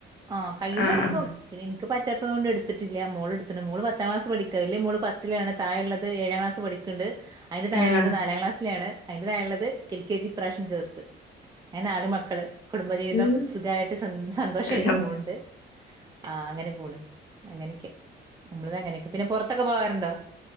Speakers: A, on the right; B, on the left.
A: ആ കയ്യ്മ്പട്ക്കും
B: ആ ആ
A: ൻക്ക് പറ്റാത്തതോണ്ട് എട്ത്ത്ട്ടില്ല മോള് എടുത്ത്ണ് മോള് പത്തം ക്ലാസ് പഠിക്കാ വല്യ മോള് പത്തിലാണ് തായെള്ളത് ഏഴാക്ലാസ് പഠിക്ക്ണ്ട് അയ്ന് താഴെള്ളത്
B: ആ
A: നാലാം ക്ലാസ്സിലാണ് അയ്ന്റെതായെള്ളത് എൽകെജി ഇപ്രാവശ്യം ചേർത്ത് അങ്ങനെ നാല് മക്കള് കുടുംബജീവിതം
B: ഉം.
A: സുഖായിട്ട് സ സന്തോഷായിട്ട്
B: അല്ല
A: പോണ്ട് ആ അങ്ങനെ പോണ് അങ്ങനൊക്ക നമ്മൾതങ്ങനൊക്കെ പിന്നെ പൊറത്തൊ പോകാറുണ്ടോ